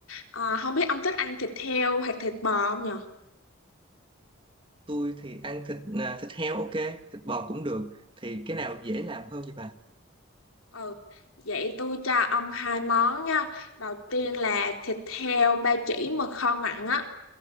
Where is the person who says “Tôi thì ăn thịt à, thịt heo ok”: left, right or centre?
Right